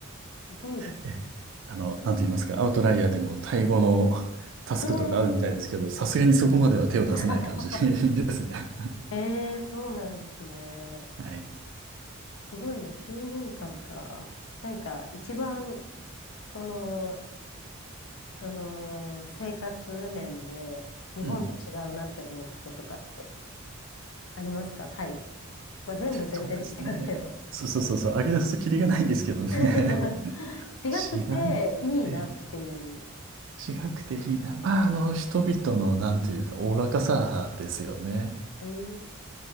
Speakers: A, on the left (about 70°); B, on the right (about 60°).
A: ごいです
B: <laughs> え、あの、なんて言いますか、アウトライヤーでもタイ語のタスクとかあるみたいですけど、
A: ああ、
B: さすがにそこまでは手を出せない感じ
A: <laughs>
B: <laughs> ですね。
A: ええそうなんですね。
B: <laughs> はい。
A: すごいな、9年間かんか。なんか、一番、この、その、生活面で、日本と違うなって思うとことかって
B: うん。
A: ありますかタイ。まあ、全部全然違うけど。
B: そうですね。そうそうそうそう、上げ出すとキリがないんですけどね。
A: <laughs>
B: <laughs>
A: 違くていいなっていう。
B: 違い、ええ、違くていいな。まあ、あの、人々の、なんというか、おおらかさですよね。
A: うん、